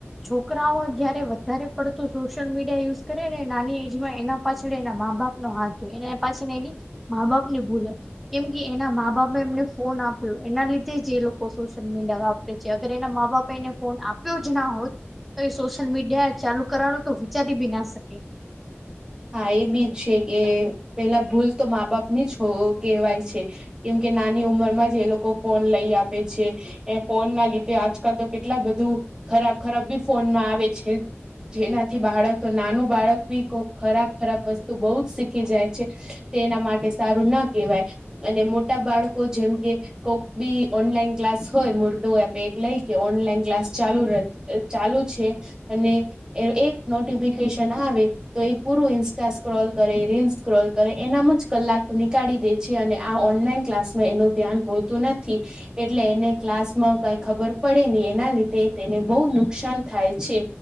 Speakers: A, in the centre; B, on the right (about 15°).
A: છોકરાઓ જયારે વધારે પડતું સોશિયલ મીડિયા યુઝ કરે ને નાની એજમાં એના પાછળ એના મા બાપનો હાથ હોય. એ પાછળ એની મા બાપ ની ભૂલ હોય કેમ કે એના મા બાપે એમને ફોન આપ્યો, એના લીધે જ એ લોકો શો સોશિયલ વાપરે છે. અગર એના મા બાપે એને ફોન આપ્યો જ ના હોત તો એ સોશિયલ મીડિયા ચાલુ કરવાનું તો વિચારી બી ના શકે
B: હા એ બીજ છે કે પેલા ભૂલ તો મા બાપ ની જ કહેવાય છે. કેમ કે નાની ઉંમરમાં જ એ લોકો ફોન લઈ આપે છે. એ ફોન ના લીધે આજકાલ તો કેટલા બધું ખરાબ ખરાબ બી ફોનમાં આવે છે. જેનાથી બાળક નાનું બાળક બી કો ખરાબ ખરાબ વસ્તુ બહુ જ શીખી જાય છે. તે એના માટે સારું ના કેવાય. અને મોટા બાળકો જેમ કે કોક બી ઓનલાઈન ક્લાસ હોય, મુર્દો એે એક લઈ કે ઓનલાઈન ક્લાસ ચાલુ રહે. એનચાલુ છે. અને એ એક નોટિફિકેશન આવે તો એ પૂરું ઈન્સ્ટા સ્ક્રોલ કરે, રીલ સ્ક્રોલ કરે એનામાં જ કલાક નીકાળી દે છે. અને આ ઓનલાઈન ક્લાસ એનું ધ્યાન હોતું નથી. એટલે એને ક્લાસમાં કઈ ખબર પડે નઈ, એના લીધે તેને બઉ નુકસાન થાય છે.